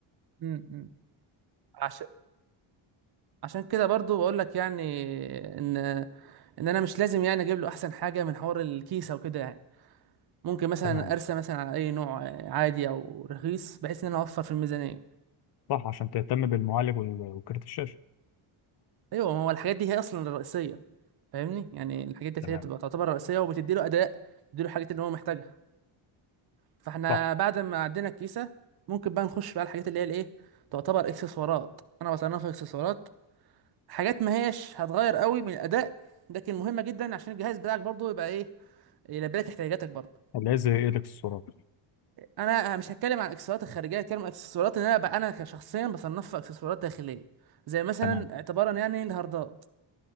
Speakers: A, on the right; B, on the left.
A: امم عشان عشان كده برضو بقول لك يعني ان ان انا مش لازم يعني اجيب له احسن حاجه من حوار الكيسه وكده يعني ممكن مثلا
B: تمام
A: ارسى مثلا على اي نوع عادي او رخيص بحيث ان انا اوفر في الميزانيه
B: صح عشان تهتم بالمعالج وال- وكارت الشاشه
A: ايوه ما هو الحاجات دي هي اصلا الرئيسيه فاهمني يعني الحاجات دي
B: تمام
A: هي بتبقى تعتبر رئيسيه وبتدي له اداء بتدي له الحاجات اللي هو محتاجها فاحنا
B: صح
A: بعد ما عدينا الكيسه ممكن بقى نخش بقى على الحاجات اللي هي الايه تعتبر اكسسوارات انا بصنفها اكسسوارات حاجات ما هيش هتغير قوي من الاداء لكن مهمه جدا عشان الجهاز بتاعك برضه يبقى ايه يلبي لك احتياجاتك برضه
B: اللي هي زي إيدكس الصورات
A: انا مش هتكلم عن الاكسسوارات الخارجيه هتكلم عن الاكسسوارات اللي انا بقى انا كشخصيا بصنفها اكسسوارات داخليه زي مثلا
B: تمام
A: اعتبارا يعني الهاردات